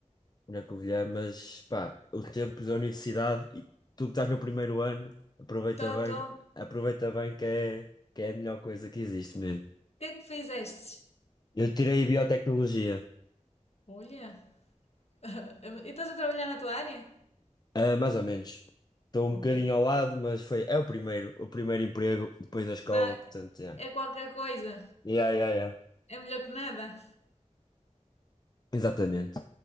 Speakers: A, on the left; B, on the left.
A: na Covilhã, mas pá, o tempo da universidade, e tu que estás no primeiro ano, aproveita
B: Estou,
A: bem,
B: estou. O
A: aproveita bem que é, que é a melhor coisa que existe mesmo.
B: que é que fizeste?
A: Eu tirei biotecnologia.
B: Olha, eh, e estás a trabalhar na tua área?
A: Ah, mais ou menos. Estou um
B: Ok.
A: bocadinho ao lado, mas foi, é o primeiro, o primeiro emprego depois da escola,
B: Vá,
A: portanto, é.
B: é qualquer coisa.
A: Yeah, yeah, yeah.
B: É melhor que nada.
A: Exatamente.